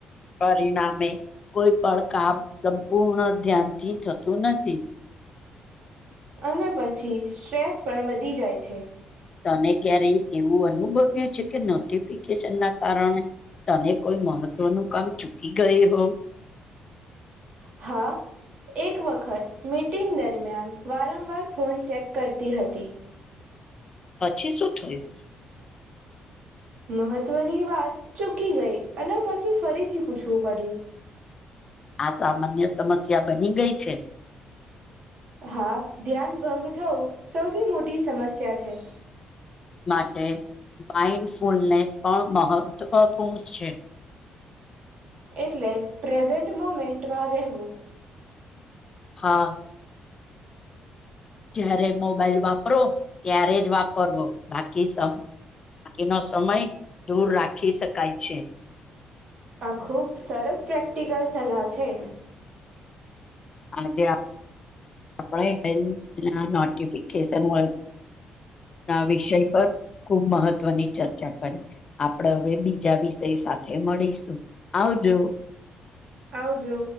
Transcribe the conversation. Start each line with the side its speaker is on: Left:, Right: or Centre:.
Left: પરિણામે કોઈ પણ કામ સંપૂર્ણ ધ્યાનથી થતું નથી.
Right: અને પછી સ્ટ્રેસ પણ વધી જાય છે.
Left: તને ક્યારેય એવું અનુભવ્યું કે છે નોટિફિકેશન ના કારણે તને કોઈ મહત્વનું કામ ચૂકી ગઈ હોવ
Right: હા. એક વખત મીટિંગ દરમિયાન વારંવાર ફોન ચેક કરતી હતી.
Left: પછી શું થયું?
Right: મહત્વની વાત ચૂકી ગઈ અને પછી ફરીથી પૂછવું પડ્યું
Left: આ સામાન્ય સમસ્યા બની ગઈ છે.
Right: હા, ધ્યાન ભંગ થવું સૌથી મોટી સમસ્યા છે.
Left: માટે માઇન્ડ ફૂલનેસ પણ મહત્વપૂર્ણ છે.
Right: એટલે પ્રેઝન્ટ મુમેન્ટમાં રહેવું
Left: હા. જયારે મોબાઈલ વાપરો ત્યારે જ વાપરવો બાકી સમ બાકી નો સમય દૂર રાખી શકાય છે.
Right: આ ખૂબ સરસ પ્રેક્ટિકલ સલાહ છે.
Left: આજ આપણે <unintelligible> નોટિફિકેશન હોય ના વિષય પર ખુબ મહત્વની ચર્ચા કરી આપણે હવે બીજા વિષય સાથે મળીશું આવજો.
Right: આવજો.